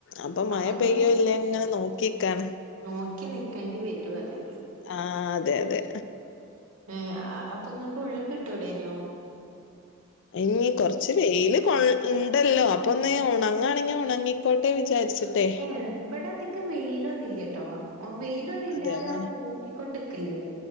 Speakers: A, on the left (about 60°); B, on the right (about 85°).
A: അപ്പം
B: അപ്പൊ
A: മഴ
B: ഇങ്ങനെ
A: പെയ്യോ ഇല്ലേ ന്നിങ്ങനെ നോക്കി നിക്കാണ്.
B: നോക്കി നിക്കേണ്ടി വരും അത്.
A: ആഹ് അതെ അതെ.
B: ഏ അപ്പൊ ഇങ്ങക്ക് ഉള്ള്ക്ക് ഇട്ടൂടേന്യോ?
A: അയ്ന് കൊറച്ച് വെയില്. കൊ ഇണ്ടല്ലോ അപ്പൊ ഒന്ന് ഒണങ്ങാണെങ്കിൽ ഒണങ്ങിക്കോട്ടെ വിചാരിച്ചിട്ടെ.
B: ഏ ഇവിടെ അധികം വെയിലൊന്നില്ലട്ടോ. ഉം വെയിലൊന്നും ഇല്ലാതെ
A: അതെല്ലേ
B: ആ മൂകിക്കൊണ്ടിക്കല്ല്.